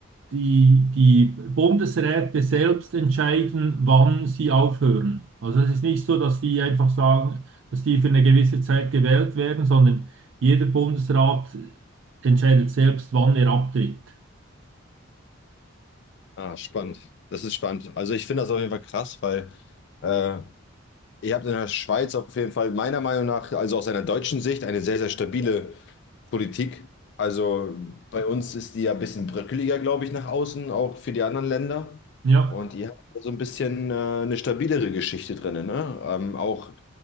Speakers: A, on the right; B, on the left.
A: die, die Bundesräte selbst entscheiden, wann sie aufhören. Also es ist nicht so, dass die einfach sagen, dass die für eine gewisse Zeit gewählt werden, sondern jeder Bundesrat entscheidet selbst, wann er abtritt.
B: Ah, spannend. Das ist spannend. Also ich finde das auf jeden Fall krass, weil äh, Ihr habt in der Schweiz auf jeden Fall meiner Meinung nach, also aus einer deutschen Sicht, eine sehr, sehr stabile Politik. Also bei uns ist die ja ein bisschen bröckeliger, glaube ich, nach außen, auch für die anderen Länder.
A: Ja.
B: Und ihr habt so ein bisschen äh, eine stabilere Geschichte drin, ne? Ähm, auch,